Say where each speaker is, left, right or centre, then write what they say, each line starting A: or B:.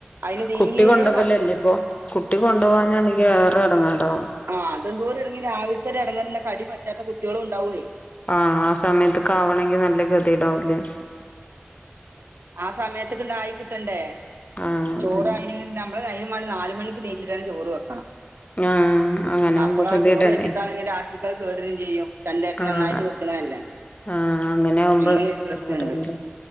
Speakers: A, on the right; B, on the left.
A: അതിന് തീരെ
B: കുട്ടി കൊണ്ടോവലല്ലേ
A: നടക്കൂല
B: ഇപ്പൊ കുട്ടി കൊണ്ട് പോവാണെങ്കിൽ അത് എടങ്ങേറാട്ടോ
A: ആഹ് അതെന്തോര് ഇടങ്ങി രാവിലത്തെ ഒര് എടങ്ങേറ് കടി പറ്റാത്ത കുട്ടികളും ഉണ്ടാവൂല്ലേ
B: ആഹ് ആ സമയത്തൊക്കെ അവണമെങ്കിൽ നല്ല കതിയിടാവൂലെ
A: ആ സമയത്ത്ക്ക് ഇതായി കിട്ടണ്ടേ
B: ആഹ്
A: ചോറ്
B: അതന്നെ
A: അതിന് നമ്മള് അതിനും വേണ്ടി നാല് മണിക്ക് നീ ച്ച് ചോറ് വെക്കണം
B: ആഹ് അങ്ങനെ ആവുമ്പോ
A: അപ്പഴാ
B: ഗതികേടാണേ
A: ആ ചോറ് വെച്ചിട്ടാണെങ്കിൽ രാത്രിക്ക് അത് കേട് വരും ചെയ്യും രണ്ട് നേരത്തിന്
B: ആഹ്
A: ഒന്നായിട്ട് വെ നല്ലേ
B: ആഹ് അങ്ങനെ ആവുമ്പോ
A: അങ്ങനെയൊരു പ്രശ്നംണ്ട്
B: എടങ്ങേറായില്ലേ